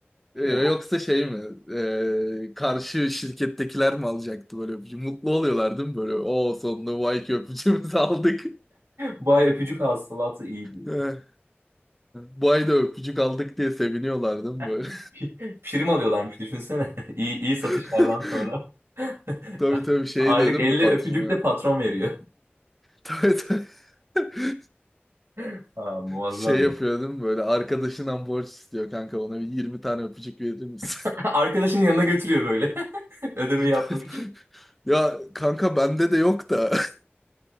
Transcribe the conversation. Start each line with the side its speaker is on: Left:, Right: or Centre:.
Right: <laughs>
Centre: Ee,
Right: Yani
Centre: Yoksa şey mi? Ee, karşı şirkettekiler mi alacaktı böyle öpücü? Mutlu oluyorlar değil mi böyle? O sonunda bu ayki öpücüğümüzü <laughs> aldık.
Right: bu ay öpücük hasılatı iyiydi.
Centre: Ee, Bu ay da öpücük aldık diye seviniyorlar değil mi böyle?
Right: <laughs> Prim alıyorlarmış düşünsene. <laughs> İyi, iyi satışlardan
Centre: <laughs>
Right: sonra. <laughs>
Centre: Tabii tabii şey
Right: Aylık
Centre: diyor değil
Right: 50
Centre: mi patrona?
Right: öpücük de patron veriyor.
Centre: Tabii tabii. <laughs>
Right: <laughs> Ha, muazzam
Centre: Şey yapıyor
Right: ya.
Centre: değil mi böyle? Arkadaşından borç istiyor kanka ona bir 20 tane öpücük verir misin?
Right: <laughs> Arkadaşının yanına götürüyor böyle. <laughs> Ödemeyi
Centre: <laughs>
Right: yapmak için.
Centre: Ya kanka bende de yok da. <laughs>